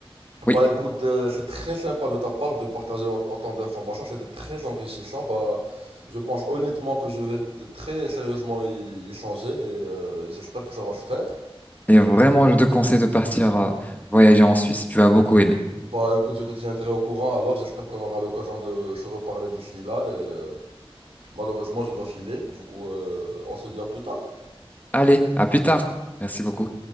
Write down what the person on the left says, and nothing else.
Oui.
Et vraiment, je te conseille de partir euh, voyager en Suisse. Tu vas beaucoup aimer.
Allez, à plus tard. Merci beaucoup.